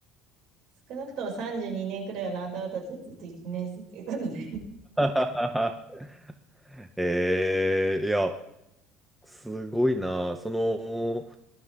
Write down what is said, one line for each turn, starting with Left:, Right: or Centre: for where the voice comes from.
Right: 少なくとも32年くらいはランタオたちはずっと1年生ということで
Centre: <laughs> あはえー、いや、すごいな。その、